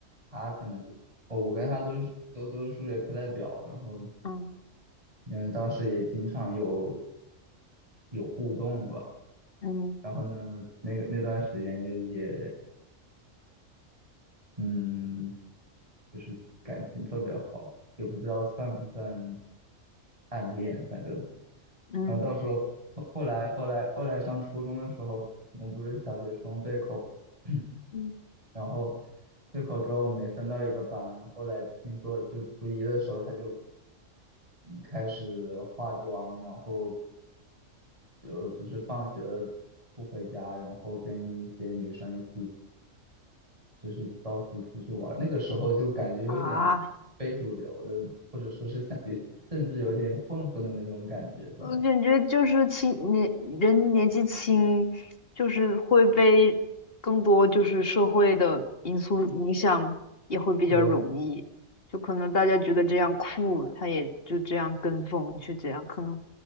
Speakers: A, on the right; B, on the left.
A: 她可能就我我跟她都是都都是数学课代表，然后
B: 嗯
A: 嗯当时也经常有有互动吧，
B: 嗯
A: 然后呢那个那段时间就也嗯。就是感情特别好，也不知道算不算暗恋，反正，
B: 嗯
A: 然后到时候后后来后来后来上初中的时候，我们不是小学生对口，<clears throat>
B: 嗯
A: 然后对口之后我们没分到一个班，后来听说就初一的时候他就开始化妆，然后就就是放学了不回家，然后跟一些女生一起。就是到处出去玩儿那个时候就感觉有点非主流的，
B: 啊，
A: 或者说是像有，甚至有点混混的那种感觉，知道吗？
B: 我感觉就是轻年人年纪轻，就是会被更多就是社会的因素影响，也会比较容易，
A: 对，
B: 就可能大家觉得这样酷，他也就这样跟风去这样，可能